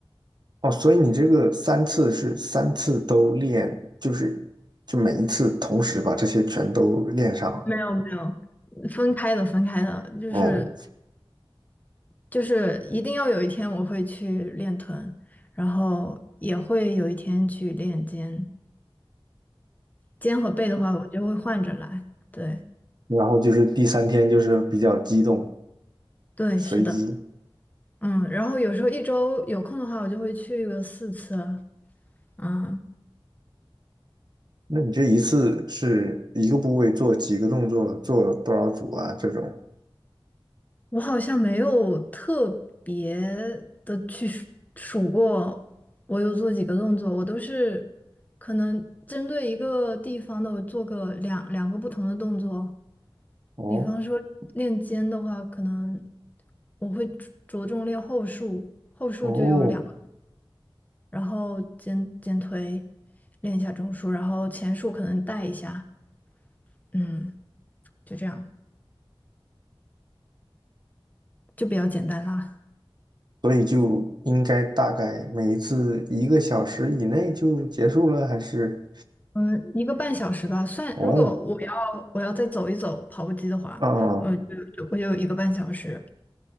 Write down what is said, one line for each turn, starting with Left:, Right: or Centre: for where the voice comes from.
Right: 哦，所以你这个三次是三次都练，就是就每一次同时把这些全都练上了
Left: 没有没有，分开的分开的，就是
Right: 嗯，
Left: 就是一定要有一天我会去练臀，然后也会有一天去练肩，肩和背的话，我就会换着来。对
Right: 然后就是第三天就是比较激动，
Left: 对，
Right: 随机。
Left: 是的，嗯，然后有时候一周有空的话，我就会去个四次，嗯。
Right: 那你这一次是一个部位做几个动作，做多少组啊？这种？
Left: 我好像没有特别的去数数过，我有做几个动作，我都是可能针对一个地方的，我做个两两个不同的动作。
Right: 哦
Left: 比方说练肩的话，可能我会着着重练后束，后束就有两个
Right: 哦，
Left: 然后肩肩推练一下中束，然后前束可能带一下，嗯，就这样，就比较简单啦。
Right: 所以就应该大概每一次一个小时以内就结束了，还是？
Left: 嗯，呃一个半小时吧，算，
Right: 哦，
Left: 如果我要我要再走一走跑步机的话，
Right: 啊，
Left: 我就就我就有一个半小时。